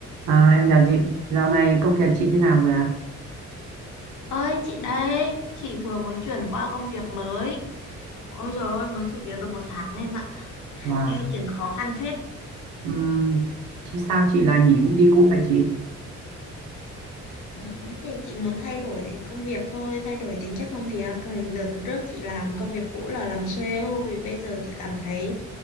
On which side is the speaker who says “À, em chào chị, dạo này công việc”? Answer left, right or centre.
Right